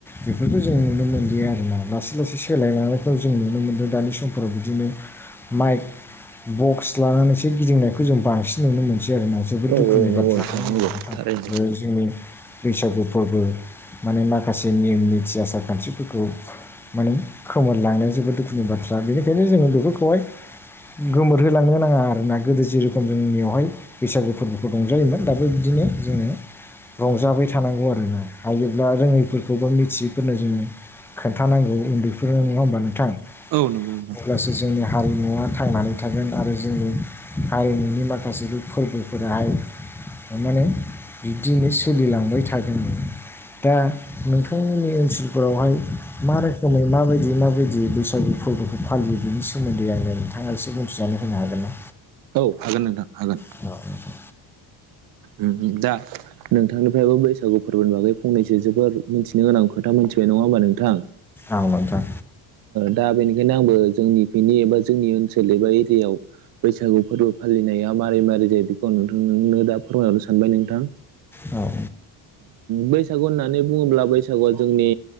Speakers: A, in the centre; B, on the right (about 50°).
A: बेफोरखौ जों नुनो मोनलिया आरोना लासै लासै सोलायना लांनायखौ जों नुनो मोनदों दानि समफोराव बिदिनो माइक बक्स लानानैसो गिदिंनायखौ जों बांसिन नुनो मोनसै आरोना जोबोद
B: औ
A: दुखुनि
B: औ नंगौ
A: बाथ्रा
B: नोंथां
A: नङा
B: नंगौ
A: ओमबा नोंथां
B: थारैनो
A: ओ जोंनि बैसागु फोरबो माने माखासे निम निथि आसार खान्थिफोरखौ माने खोमोरलांनाया जोबोद दुखुनि बाथ्रा बेनिखायनो जोङो बेफोरखौहाय गोमोरहोलांनो नाङा आरोना गोदो जेरै रोखोम जोंनियावहाय बैसागो फोरबोखौ रंजायोमोन दा बिदिनो जोङो रंजाबाय थानांगौ आरोना हायोब्ला रोङैफोरखौ बा मिथियैफोरनो जोङो खोन्थानांगौ उन्दै फोरनो नङा ओमबा नोंथां
B: औ नंगौ नोंथां
A: अब्लासो जोंनि हारिमुवा थांनानै थागोन आरो जोंनि हारिमुनि माखासे फोरबोफोराहाय माने बिब्दिनो सोलिलांबाय थागोन दा नोंथांमोननि ओनसोलफोरावहाय मा रोखोमै माबाय दि माबायदि बैसागु फोरबोखौ फालियो बिनि सोमोन्दै आङो नोंथाङा एसे बुंथिना होनो हागोन ना
B: औ हागोन नोंथां हागोन
A: औ नोंथां
B: उम उम दा नोंथांनिफ्रायबो बैसागु फोरबोनि बागै फंनैसो जोबोद मोनथिनो गोनां खोथा मिथिबाय नङा होमबा नोंथां
A: औ नोंथां
B: दा बेनिखायनो आंबो जोंनिखिनि एबा जोंनि ओनसोल एबा एरियाव बैसागु फोरबो फालिनाया मारै माबोरै जायो बेखौ आं नोंथांनो दा फोरमायहरनो सानबाय नोंथां
A: औ
B: बैसागु होननानै बुङोब्ला बैसागुआ जोंनि